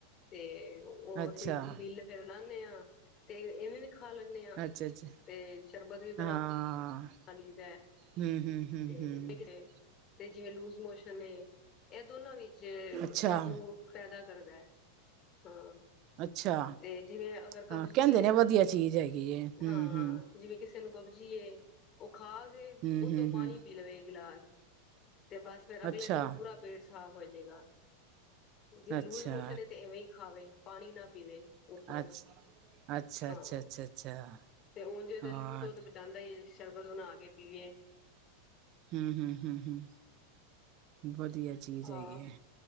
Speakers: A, on the left (about 40°); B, on the right (about 50°).
A: ਤੇ ਉਹ
B: ਅੱਛਾ
A: ਅਸੀਂ ਬਿੱਲ ਫਿਰ ਲਾਦੇ ਹਾਂ ਤੇ ਇਵੇਂ ਖਾ ਲੈਂਦੇ ਹਾਂ
B: ਅੱਛਾ ਅੱਛਾ
A: ਤੇ ਸ਼ਰਬਤ ਵੀ
B: ਹਾਂ
A: ਬਣਾ ਪਾਣੀਦ ਹੈ
B: ਹੂੰ ਹੂੰ ਹੂੰ
A: ਤੇ
B: ਹੂੰ
A: ਵਿਖਦੇ ਤੇ ਜਿਵੇਂ ਲੂਜ ਮੋਸ਼ਨ ਏ ਇਹ ਦੋਨਾਂ ਵਿੱਚ ਇਹਨੂੰ
B: ਅੱਛਾ
A: ਫੈਦਾ ਕਰਦਾ ਹੈ ਹਾਂ।
B: ਅੱਛਾ
A: ਤੇ ਜਿਵੇਂ ਅਗਰ ਕਬਜੀ
B: ਹਾਂ ਕਹਿੰਦੇ
A: ਏ
B: ਨੇ
A: ਨਾ
B: ਵਧੀਆ ਚੀਜ਼ ਹੈਗੀ ਹੈ ਹੂੰ
A: ਹਾਂ
B: ਹੂੰ
A: ਜਿਵੇਂ ਕਿਸੇ ਨੂੰ ਕਬਜੀ ਏ ਉਹ ਖਾ ਕੇ
B: ਹੂੰ
A: ਉਤੋਂ
B: ਹੂੰ
A: ਪਾਣੀ
B: ਹੂੰ
A: ਪੀ ਲਵੇ ਗਿਲਾਸ। ਤੇ ਬਸ ਫੇਰ ਅਗਲੇ
B: ਅੱਛਾ
A: ਦਿਨ ਪੂਰਾ ਪੇਟ ਸਾਫ਼ ਹੋ ਜਾਏਗਾ। ਜੇ ਲੂਜ਼
B: ਅੱਛਾ
A: ਮੋਸ਼ਨ ਹੈ ਤੇ ਇਵੇਂ ਹੀ ਖਾਵੇ ਪਾਣੀ ਨਾ ਪੀਵੇ। ਉਤੋਂ
B: ਅੱ ਅੱਛਾ,
A: ਹਾਂ
B: ਅੱਛਾ, ਅੱਛਾ, ਅੱਛਾ।
A: ਤੇ ਉਝ
B: ਹਾਂ
A: ਤੇ ਲੂ ਤੋਂ ਤੇ ਬਚਾਦਾ ਈ ਏ ਸ਼ਰਬਤ ਬਨਾ ਕੇ ਪੀਏ।
B: ਹੂੰ ਹੂੰ ਹੂੰ ਹੂੰ ਵਧੀਆ ਚੀਜ਼
A: ਹਾਂ
B: ਹੈਗੀ ਹੈ